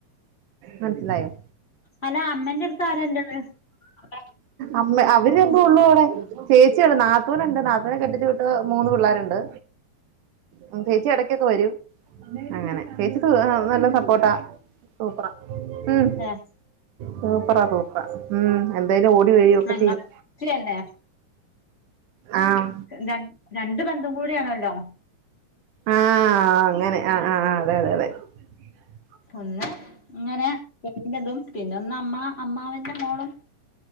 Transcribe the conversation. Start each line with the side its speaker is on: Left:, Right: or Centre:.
Right: മനസിലായോ
Left: അല്ല അമ്മെന്റെട്ത്ത് ആരാ ഇല്ലത് അവ്ടെ
Right: അമ്മ അവര് രണ്ടു ഉള്ളൂ അവ്ടെ ചേച്ചി <unintelligible> നാത്തൂനുണ്ട് നാത്തൂനെ കെട്ടിച്ച്‌വിട്ട് മൂന്ന് പിള്ളേര്ണ്ട്. ഉം ചേച്ചി എടക്കൊക്കെ വരും അങ്ങനെ ചേച്ചി സു ആഹ് നല്ല സപ്പോർട്ടാ സൂപ്പറാ ഉം
Left: ഏഹ്
Right: സൂപ്പറാ സൂപ്പറാ ഉം എന്തായാലും ഓടി വരൊക്കെ
Left: ഞങ്ങല്ലേ
Right: ചെയ്യും. ആഹ്
Left: ര രണ്ട് ബന്ധും കൂടിയാണല്ലോ
Right: ആഹ് അങ്ങനെ ആഹ് ആഹ് അ
Left: ഒന്ന് ഇങ്ങനെ <unintelligible> അതും പിന്നെ ഒന്ന് അമ്മ അമ്മാവന്റെ മോളും